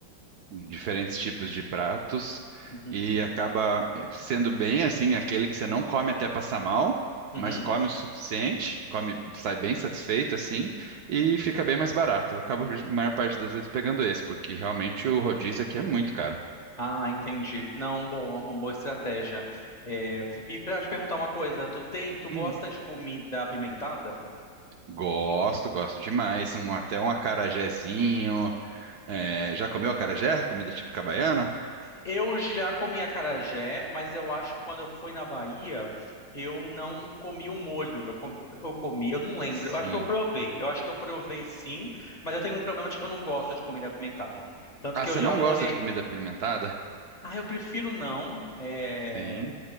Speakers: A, on the right; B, on the left.
A: diferentes tipos de pratos
B: uhum,
A: e acaba sendo bem assim aquele que você não come até passar mal,
B: uhum.
A: mas come o suficiente, come, sai bem satisfeito assim e fica bem mais barato. Eu acabo a maior parte das vezes pegando esse, porque realmente o rodízio aqui é muito caro.
B: Ah, entendi. Não, boa, uma boa estratégia. É, E pra te perguntar uma coisa, tu tem, tu gosta
A: Hum.
B: de comida apimentada?
A: Gosto, gosto demais. Um, até um acarajézinho. É, já comeu acarajé? Comida típica baiana?
B: Eu já comi acarajé, mas eu acho que quando eu fui na Bahia, eu não comi o molho. Eu comi, eu comi, eu não lembro.
A: Sim.
B: Eu acho que eu provei. Eu acho que eu provei sim, mas eu tenho um problema de que eu não gosto de comida apimentada. Tanto
A: Ah,
B: que
A: você
B: eu já
A: não
B: morei.
A: gosta de comida fermentada?
B: Ah, eu prefiro não. É,
A: Sim.